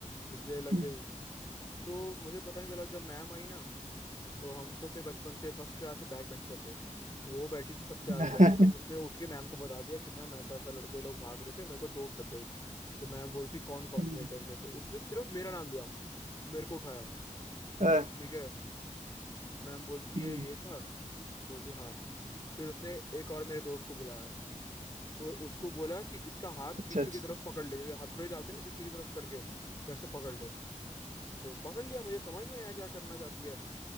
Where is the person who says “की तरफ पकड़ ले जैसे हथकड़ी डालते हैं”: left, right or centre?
Left